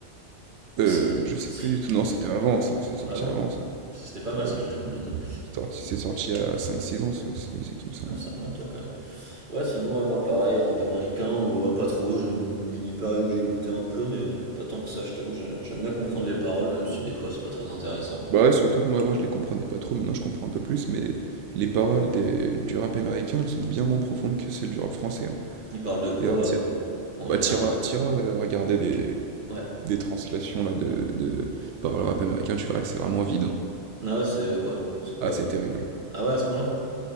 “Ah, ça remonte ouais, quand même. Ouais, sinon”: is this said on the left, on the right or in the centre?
Right